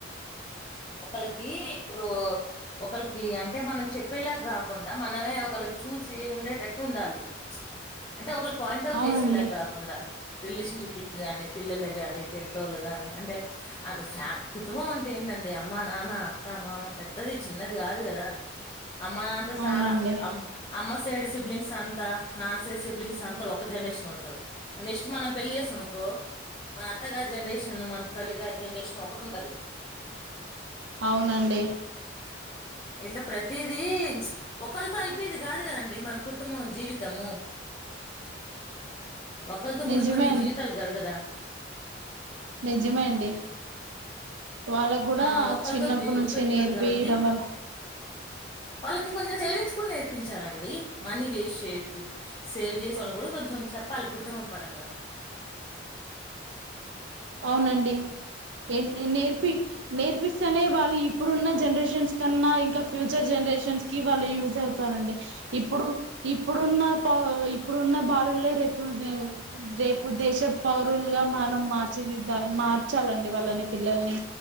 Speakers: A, on the left; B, on the right.
A: ఒకళకి ఇప్పుడు ఒకళకి అంటే మనం చెప్పేలా కాకుండా మనమే ఒకళకి చూసి ఉండేట టట్టు ఉండాలి అంటే ఒకళ్ళ పాయింట్ అవుట్
B: అవునండి
A: చేసే లా గాకుండా రిలేషన్షిప్ కానీ పిల్లలే గాని పెద్దోళ్ళు గాని అంటే అ ఫ్యామి కుటుంబం అంటే ఏంటండి అమ్మ నాన్న అత్త మామ పెద్దది చిన్నది గాదు గదా అమ్మ అంత స
B: అవునండి
A: అమ్ అమ్మ నీ సైడ్ సిబ్లింగ్స్ అంతా నాన్ సైడ్ సిబ్లింగ్స్ అంతా ఒక జనరేషన్ అవుతారు నెక్స్ట్ మనం పెళ్లి చేసుకునమనుకో మన అత్తగారి జనరేషన్ ను మన తల్లిగారీ జనరేషన్ ఒకటి ఉంటది
B: అవునండి
A: ఇలా ప్రతిదీ ఒకలీతో అయిపోయేది కాదు కదండి మన కుటుంబం జీవితం త్తము ఒకళ్ళతో ముడిపడిన
B: నిజమే
A: జీవితాలు కాదు కదా
B: నిజమండి వాళ్ళకు కూడా
A: ఆ ఒకళతో
B: చిన్నప్పుటి
A: జీ ముడిపడిన
B: నుంచే
A: జీవితాలు
B: నేర్పియడం
A: కాబట్టి
B: వ
A: వాళ్ళకి కొంచెం సేవింగ్స్ కూడా నేర్పించాలండి. మనీ వేస్ట్ సేయద్దు సేవ్ చేసుకొ అని కూడా కొంచెం చెప్పాలి కుటుంబం పరంగా
B: అవునండి. ఎం నే నేర్పి నేర్పిస్సేనే వాళ్ళు ఇప్పుడున్న జనరేషన్ న్ కన్నా ఇంకా ఫ్యూచర్ జనరేషన్స్ కి వాళ్ళు యూస్ అ తారండి. ఇప్పుడు ఇప్పుడున్న తాన్ ఇప్పుడున్న బాలులే రేపు రేపు దేశ పౌరులుగా మనం మార్ ర్చి దిద్దాలె మార్చాలండి వాళ్ళని పిల్లల్ని